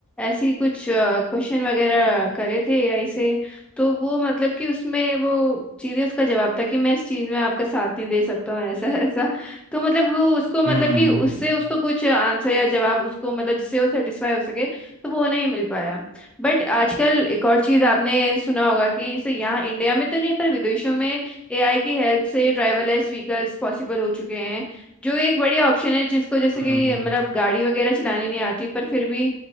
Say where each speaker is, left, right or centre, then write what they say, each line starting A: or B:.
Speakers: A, in the centre; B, on the left.
A: ऐसी कुछ क्वेश्चन वगैरह करे थे एआई से तो वो मतलब कि उसमें वो सीधे उसका जवाब था कि मैं इस चीज में आपका साथ नहीं दे सकता हूँ ऐसा <laughs> ऐसा तो मतलब वो उसको मतलब
B: हम्म
A: कि उससे
B: हम्म
A: उसको कुछ आंसर या जवाब उसको मतलब जिससे वो सेटिस्फाई हो सके तो वो नहीं मिल पाया बट आजकल एक और चीज आपने सुना होगा कि जैसे यहाँ इंडिया में तो नहीं पर विदेशों में एआई की हेल्प से ड्राइवरलेस व्हीकल्स पॉसिबल हो चुके हैं जो एक बड़ी ऑप्शन है जिसको जैसे
B: हम्म
A: कि
B: हम्म
A: मतलब गाड़ी वगैरह चलानी नहीं आती पर फिर भी